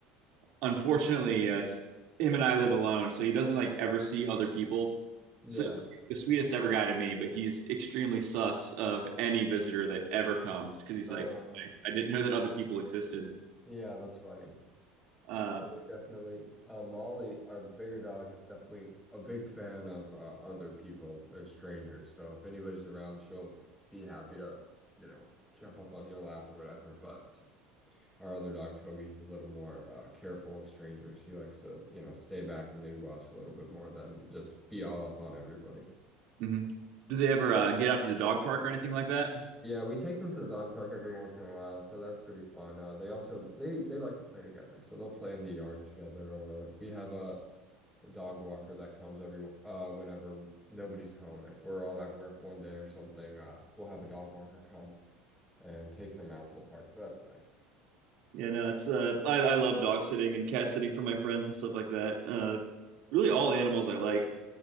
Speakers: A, on the right (about 65°); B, in the centre.
A: unfortunately, uh, it's him and I live alone, so he doesn't like ever see other people.
B: yeah.
A: So he's the sweetest ever guy to me, but he's extremely sus of any visitor that ever comes because he's
B: Uh,
A: like, I didn't know that other people existed.
B: yeah, that's funny.
A: Uh,
B: Yeah, they definitely. Uh, Molly, our bigger dog, is definitely a big fan of uh, other people or strangers. So if anybody's around, she'll be happy to, you know, jump up on your lap or whatever. But our other dog, Toby, he's a little more uh, careful with strangers. He likes to, you know, stay back and maybe watch a little bit more than just be all up on everybody.
A: mhm. Do they ever uh, get out to the dog park or anything like that?
B: Yeah, we take them to the dog park every once in a while, so that's pretty fun. Uh, they also they they like to play together, so they'll play in the yard together, or we have a, dog walker that comes every uh whenever nobody's home. If we're all at work one day or something, uh, we'll have a dog walker come and take them out to the park, so that's nice.
A: Yeah, no, it's uh, I, I love dog sitting and cat sitting for my friends and stuff like that. Uh, really, all animals I like.